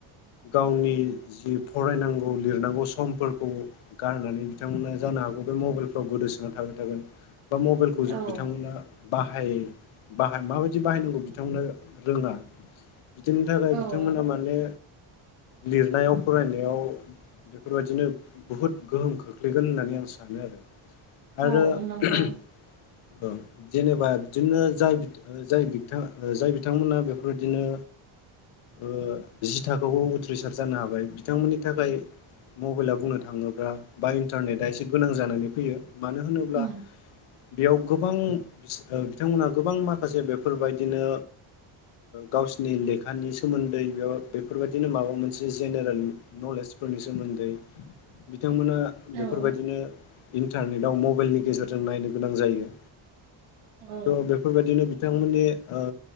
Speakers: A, on the left; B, on the right.
A: गावनि जि फरायनांगौ लिरनांगौ समफोरखौ गारनानै बिथांमोना जा नो हागौ बे मबाइलफ्राव गोदोसोनानै थाबाय थागोन बा मबाइलखौ
B: औ
A: बिथांमोना बाहाय बाहाय माबायदि बाहायनांगौ बिथांमोना रोङा बिदिनि थाखाय
B: औ
A: बिथांमोनहा माने लिरनायाव फरायनायाव बेफोरबायदिनो बुहुद गोहोम खोख्लैगोन होननानै आं सानो आरो। आरो
B: औ नंगौ
A: <unintelligible> औ जेनेबा बिदिनो जाय जाय बिथां जाय बिथांमोना बेफोरबायदिनो ओ जि थाखोखौ उथ्रिसार जानो हाबाय बिथांमोननि थाखाय मबाइला बुंनो थाङोब्ला बा इन्टारनेटआ एसे गोनां जानानै फैयो मानो होनोब्ला
B: उम
A: बेयाव गोबां बिथांमोनहा गोबां माखासे बेफोरबायदिनो गावसिनि लेखानि सोमोन्दै बेयाव बेफोरबायदिनो माबा मोनसे जेनेरेल नलेज फोरनि सोमोन्दै
B: <inaudible>
A: बिथांमोना
B: औ
A: बेफोरबायदिनो इन्टारनेटाव मबाइलनि गेजेरजों नायनो गोनां जायो।
B: औ
A: थ' बेफोरबायदिनो बिथांमोननि ओ